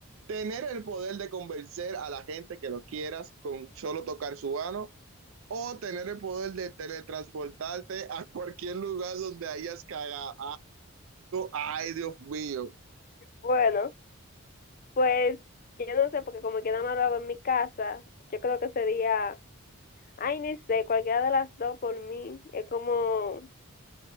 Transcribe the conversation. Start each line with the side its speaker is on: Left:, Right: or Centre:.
Right: tener el poder de convencer a la gente que lo quieras con solo tocar su mano o tener el poder de teletransportarte a cualquier lugar donde hayas cagado. Ay, Dios mío.
Left: Bueno, pues yo no sé, porque como quiera más lo hago en mi casa, yo creo que sería, ay, ni sé, cualquiera de las dos por mí. Es como,